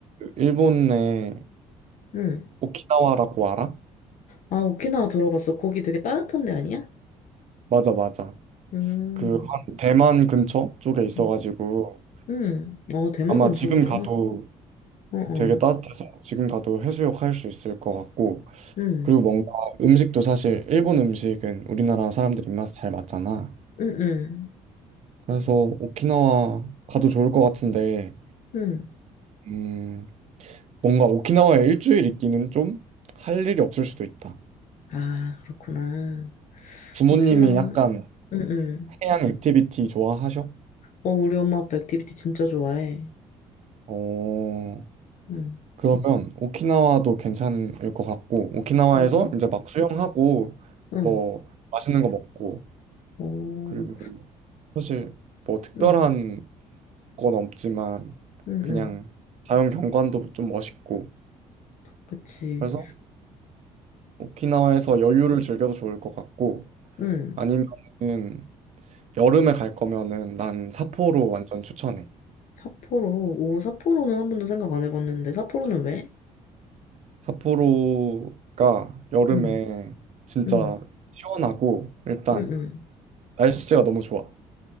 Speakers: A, on the right; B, on the left.
A: 일본의
B: 응.
A: 오키나와라고 알아?
B: 아, 오키나와 들어봤어. 거기 되게 따뜻한 데 아니야?
A: 맞아 맞아.
B: 음,
A: 그 한 대만 근처 쪽에 있어가지고
B: 응. 응. 어, 대만
A: 아마
B: 근처구나.
A: 지금 가도
B: 어, 어.
A: 되게 따뜻해서 지금 가도 해수욕 할 수 있을 것 같고
B: 응,
A: 그리고 뭔가 음식도 사실 일본 음식은 우리나라 사람들 입맛에 잘 맞잖아.
B: 응, 응,
A: 그래서 오키나와 가도 좋을 것 같은데
B: 응.
A: 음 뭔가 오키나와에 일주일 있기는 좀 할 일이 없을 수도 있다.
B: 아, 그렇구나.
A: 부모님이
B: 오키나와,
A: 약간
B: 응, 응.
A: 해양 액티비티 좋아하셔?
B: 어, 우리 엄마 아빠 액티비티 진짜 좋아해.
A: 어,
B: 응,
A: 그러면 오키나와도 괜찮을 것 같고, 오키나와에서
B: 응,
A: 이제 막 수영하고,
B: 응.
A: 뭐, 맛있는 거 먹고,
B: 오,
A: 그리고 사실 뭐 특별한
B: 응,
A: 건 없지만,
B: 응,
A: 그냥
B: 응.
A: 자연 경관도 좀 멋있고,
B: 그치.
A: 그래서 오키나와에서 여유를 즐겨도 좋을 것 같고,
B: 응.
A: 아니면은 여름에 갈 거면은 난 삿포로 완전 추천해.
B: 삿포로. 오, 삿포로는 한 번도 생각 안 해봤는데. 삿포로는 왜?
A: 삿포로가 여름에
B: 응,
A: 진짜
B: 응,
A: 시원하고 일단
B: 응, 응.
A: 날씨가 너무 좋아.